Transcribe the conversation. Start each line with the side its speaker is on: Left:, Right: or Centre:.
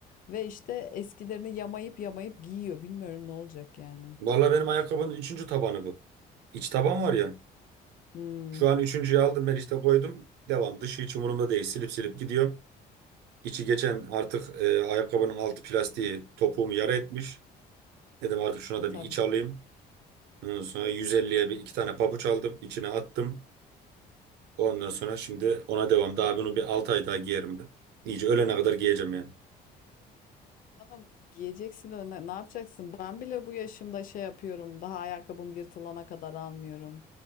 Left: Ve işte eskilerini yamayıp yamayıp giyiyor. Bilmiyorum ne olacak yani
Right: Valla
Left: sonumuz.
Right: benim ayakkabının üçüncü tabanı bu. İç taban var ya.
Left: Hmm.
Right: Şu an üçüncüyü aldım ben işte koydum. Devam. Dışı hiç umurumda değil. Silip silip gidiyorum. İçi geçen artık e, ayakkabının altı plastiği topuğumu yara etmiş. Dedim artık şuna
Left: E
Right: da
Left: tabii.
Right: bir iç alayım. Ondan sonra 150'ye bir iki tane pabuç aldım. içine attım. Ondan sonra şimdi ona devam. Daha bunu bir 6 ay daha giyerim ben. İyice ölene kadar giyeceğim yani.
Left: Tabii canım giyeceksin önüne. Ne yapacaksın? Ben bile bu yaşımda şey yapıyorum. Daha ayakkabım yırtılana kadar almıyorum.